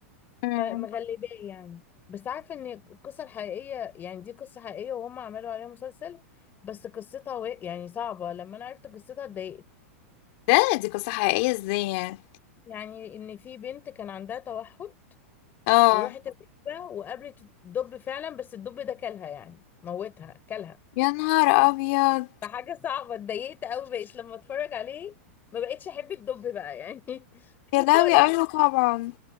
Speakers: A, on the left; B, on the left.
A: مم.
B: فمغلباه يعني بس عارفه ان القصه الحقيقيه يعني دي قصه حقيقيه وهم عملوا عليها مسلسل بس قصتها و... يعني صعبه لما انا عرفت قصتها اتضايقت
A: ده دي قصه حقيقيه ازاي يعني
B: يعني ان في بنت كان عندها توحد
A: اه
B: وراحت الغابه وقابلت الدب فعلا بس الدب ده كلها يعني موتها كلها
A: يا نهار ابيض
B: فحاجه صعبه اتضايقت قوي بقيت لما اتفرج عليه ما بقتش احب الدب بقى يعني <laughs>
A: يا
B: اللي
A: لهوي
B: هو لا
A: ايوه طبعا